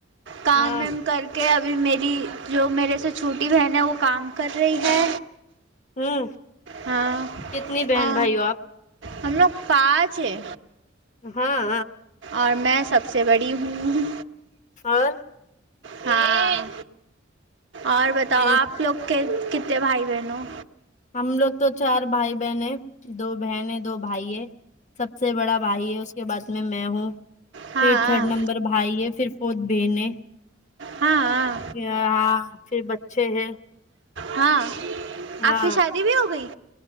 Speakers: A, on the right; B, on the left.
A: کام
B: ہاں
A: وم کر کے کہ ابھی میری جو میرے سے چھوٹی بہن ہے وہ کام کر رہی ہے
B: ہوں
A: ہاں
B: کتنی بہن
A: ا
B: بھائی ہو آپ
A: ہم لوگ پانچ ہے
B: ہاں
A: اور میں سب سے بڑی ہوں
B: اور
A: ہاں اور بتاؤ
B: پھر
A: آپ لوگ کے کتنے بھائی بہن ہو
B: ہم لوگ تو چار بھائی بہن ہیں دو بہن ہیں دو بھائی ہے سب سے بڑا بھائی ہے اس کے بعد میں مے ہوں
A: ہاں
B: پھر
A: ہاں
B: تھرڈ نمبر بھائی ہے پھر فورتھ بین ہے
A: ہااں
B: ہاں پھر بچے ہیں
A: ہاں
B: ہاں
A: آپ کی شادی بھی ہو گئی